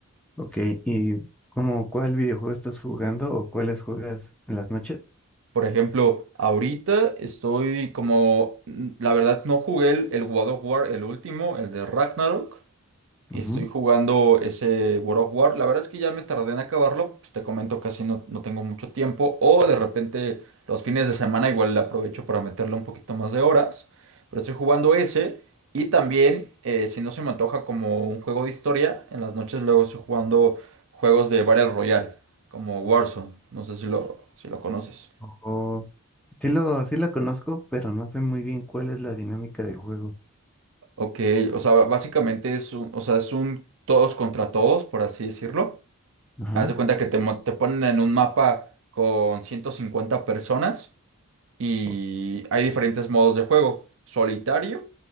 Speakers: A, in the centre; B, on the right.
A: ok. ¿Y cómo cuál videojuego estás jugando o cuáles juegas en las noches?
B: Por ejemplo, ahorita estoy como, mm, la verdad no jugué el, el God of War, el último, el de Ragnarok. Estoy
A: Ujú.
B: jugando ese God of War. La verdad es que ya me tardé en acabarlo, pues te comento, casi no, no tengo mucho tiempo. O de repente los fines de semana igual le aprovecho para meterle un poquito más de horas. Pero estoy jugando ese. Y también, eh, si no se me antoja como un juego de historia, en las noches luego estoy jugando juegos de Battle Royale, como Warzone. No sé si lo, si lo conoces.
A: O, sí lo, sí lo conozco, pero no sé muy bien cuál es la dinámica del juego.
B: Ok, o sea, ba- básicamente es un, o sea, es un todos contra todos, por así decirlo.
A: Ajá.
B: Haz de cuenta que te, mo- te ponen en un mapa con 150 personas y
A: o-
B: hay diferentes modos de juego. Solitario,